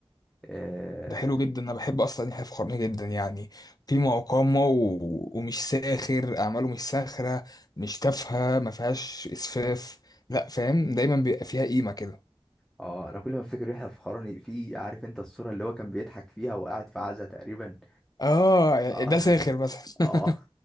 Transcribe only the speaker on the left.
ده حلو جدا انا بحب اصلا يحيى الفخراني جدا يعني قيمه وقامه و... ومش ساخر اعماله مش ساخره مش تافهه ما فيهاش اسفاف لا فاهم دايما بيبقى فيها قيمه كده
اه يعني
ده ساخر مثلا
<laughs>